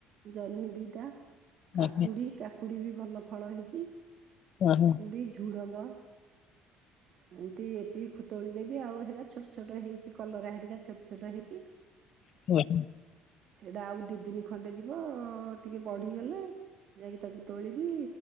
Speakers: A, on the right; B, on the left.
A: ଜହ୍ନି ଦିଟା କାକୁଡ଼ି।
B: ଓହୋ
A: କାକୁଡ଼ି ବି ଭଲ ଫଳ ହେଇଛି
B: ଓହୋ,
A: କାକୁଡ଼ି ଝୁଡ଼ଙ୍ଗ। ଏମିତି ଏତିକି ତୋଳି ଦେବି ଆଉ ହେରା ଛୋଟ ଛୋଟ ହେଇଛି କଲରା ହେରିକା ଛୋଟ ଛୋଟ ହେଇଛି।
B: ଓ ହୋ।
A: ସେଇଟା ଆଉ ଦି ଦିନି ଖଣ୍ଡେ ଯିବ ଟିକେ ବଦହେଇଗଲେ। ଯାଇକି ତାକୁ ତୋଳିବି